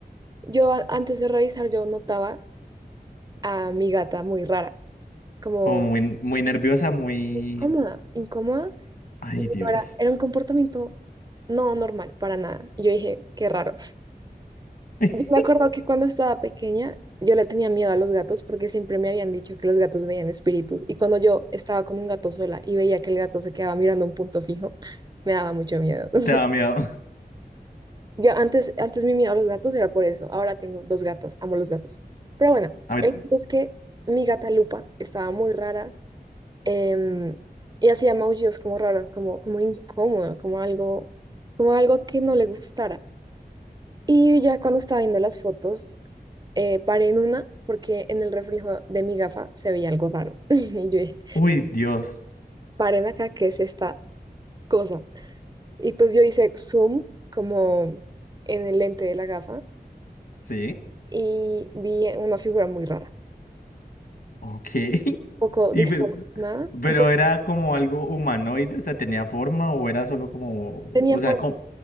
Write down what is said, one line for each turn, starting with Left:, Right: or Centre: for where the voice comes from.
Right: Yo a- antes de revisar, yo notaba a mi gata muy rara, como
Left: Como muy, muy nerviosa, muy...
Right: cómoda, incómoda,
Left: Ay,
Right: y no
Left: Dios.
Right: era, era un comportamiento no normal para nada. Y yo dije, qué raro.
Left: <laughs>
Right: Yo me acuerdo que cuando estaba pequeña, yo le tenía miedo a los gatos porque siempre me habían dicho que los gatos veían espíritus. Y cuando yo estaba con un gato sola y veía que el gato se quedaba mirando un punto fijo, <laughs> me daba mucho miedo. <laughs>
Left: Te daba miedo.
Right: Yo antes, antes mi miedo a los gatos era por eso. Ahora tengo dos gatas, amo los gatos. Pero bueno,
Left: A ver,
Right: el punto es que mi gata Lupa estaba muy rara em, y hacía maullidos como raros, como, como incómodo, como algo, como algo que no le gustara. Y ya cuando estaba viendo las fotos, eh, paré en una porque en el reflejo de mi gafa se veía algo raro. <laughs> Y yo dije,
Left: uy, Dios.
Right: paren acá, ¿qué es esta cosa? Y pues yo hice zoom como en el lente de la gafa
Left: Sí,
Right: y vi una figura muy rara,
Left: ok. <laughs>
Right: un poco distorsionada,
Left: Y, pero, pero
Right: un poco
Left: era como algo humanoide, o sea, tenía forma o era solo como,
Right: tenía
Left: o
Right: forma,
Left: sea, como,